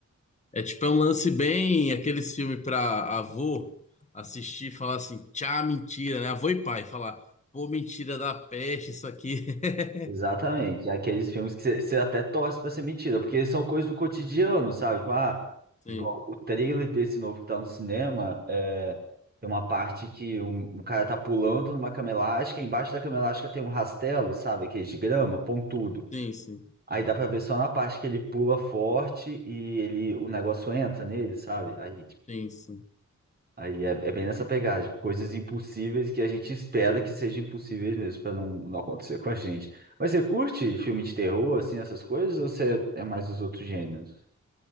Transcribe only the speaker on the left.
É tipo é um lance bem aqueles filmes pra avô assistir e falar assim, tchá, mentira, né? Avô e pai falar, pô, mentira da peste, isso aqui. <laughs>
Sim,
sim, sim,
sim, sim.